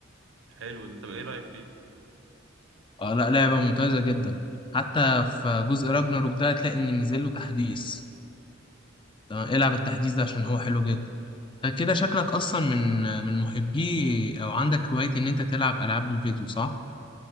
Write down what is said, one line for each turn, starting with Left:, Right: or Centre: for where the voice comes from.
Right: حلو ده طب ايه رايك فيه
Left: آه لا لعبة ممتازة جدا حتى في جزء راجناروك ده هتلاقي ان نزل له تحديث تمام العب التحديث ده عشان هو حلو جدا فكده شكلك اصلا من من محبي او عندك هواية ان انت تلعب العاب الفيديو صح؟